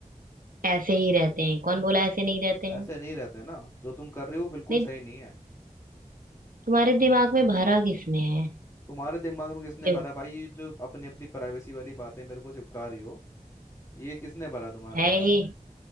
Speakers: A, on the right (about 80°); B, on the left (about 20°).
A: ऐसे ही रहते हैं कौन बोला ऐसे नहीं रहते हैं
B: ऐसे नहीं रहते ना जो तुम कर रहे हो बिल्कुल
A: नहीं
B: सही नहीं है
A: तुम्हारे दिमाग में भरा किसने है
B: तुम्हारे दिमाग में किसने
A: ये
B: भरा भाई ये जो अपनी अपनी प्राइवेसी वाली बातें मेरे को चिपका रही हो ये किसने भरा तुम्हारे
A: है
B: दिमाग
A: ही
B: में